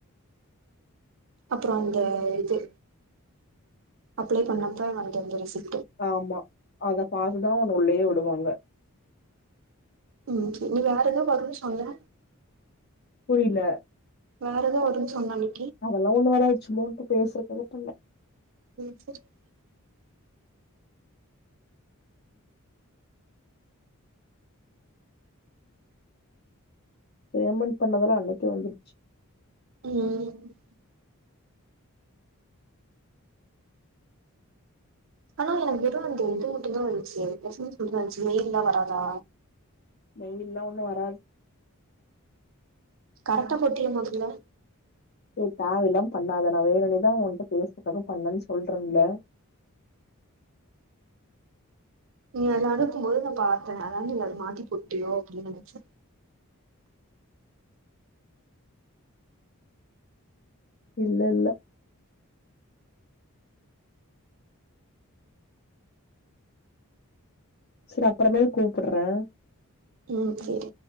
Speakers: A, on the right; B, on the left.
A: அப்புறோ அந்த இது அப்ளை பண்ணப்ப <unintelligible> ரிசல்
B: ஆமா அத பாத்துதா உன்ன உள்ளேயே வுடுவாங் க
A: ம் நீ வேற எதோ வருன் சொன்ன
B: புரில
A: வேறெதா வருன் சொன்ன அன்னி
B: அதெல்லா ஒண்ணு வராது சும்மா ஒன் <unintelligible> <unintelligible> பண்ண
A: <unintelligible>
B: பேமெண் பண்ணதெல்லா அன்னைக்கே வந்துருச்
A: ம் ம் ஆனா எனக் வெறு அந்த இது மட்டு தா வந்துச்சு <unintelligible> வந்ச்சு மெய்ல்லா வராதா
B: மெய்ல்லா ஒண்ணு வராத்
A: கரெக்டா போட்டிய மொதல்ல
B: எ தேவ இல்லாம் பண்ணாத நா வேனுனேதா உன்ட்ட பேஸ்துக்காக பண்ணன் சொல்றன்ல <unintelligible>
A: நீ அத அனுப்பும்போது நா பாத்தே அதா நீ அது மாத்தி போட்டியோ அப்டின் நா நென்ச்ச
B: இல்ல இல்ல செரி அப்பறமேல் கூப்புடுடுறே
A: ம் செரி